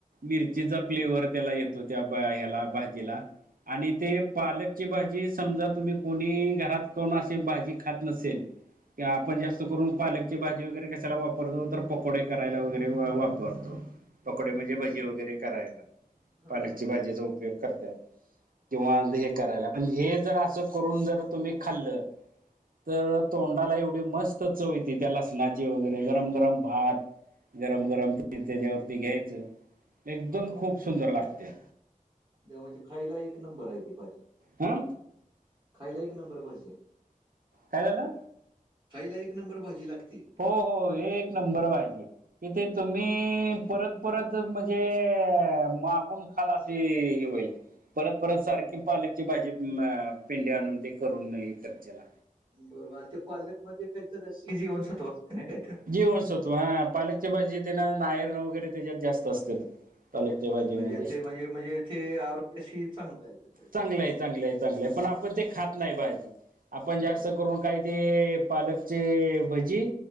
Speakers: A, on the right (about 75°); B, on the right (about 30°).
A: मिरचीचा....
B: बर
A: फ्लेवर त्याला येतो. त्या ह्याला भाजीला आणि
B: बर
A: ते पालक.... ची भाजी समजा तुम्ही कोणी घरात कोण अशी भाजी खात नसेल, आपण
B: हा
A: जास्त करून पालकची भाजी वगैरे कशाला वापरतो तर पकोडे करायला वगैरे... तेव्हा वापरतो.... पकोडे म्हणजे भजी
B: बरोबर
A: वगैरे करायला
B: हा
A: पालकच्या
B: हा
A: भाजीचा उपयोग करत्यात.... किंवा हे करायला पण हे जर असं करून जर तुम्ही खाल्लं... तर तोंडाला एवढी मस्त चव येती त्या लसणाची वगैरे गरम गरम भात.... गरम गरम त्याच्यावरती घ्यायचं एकदम
B: बरोबर
A: खूप सुंदर लागते....
B: त्या म्हणजे खायला एक नंबर आहे ती भाजी....
A: हा...
B: खायला एक नंबर भाजी हाय....
A: काय झालं?
B: खायला एक नंबर भाजी लागते...
A: हो हो एक नंबर भाजी आहे.... कि ते तुम्ही परत परत म्हणजे मागूण.... खाल अस हे होईल... परत परत सारखी पालकची भाजी पेंड्या आणून ते करून हे करशीला.....
B: बर बर आणि ते पालकमध्ये तेच्यात सी जीवनसत्व असतय ना काहीतर....
A: जीवनसत्व हा पालकच्या भाजीत ते ना आयर्न वगैरे त्याच्यात जास्त असतात.... पालकच्या भाजीमध्ये
B: म्हणजे तेे म्हणजे म्हणजेथे आरोग्याशी चांगलं आहे.... ते थोडक्यात.
A: चांगलं आहे, चांगलं आहे, चांगलं आहे पण आपण ते खात नाही भाजी आपण जास्त
B: बरोबर.
A: करून.... काय ते पालकचे भजी,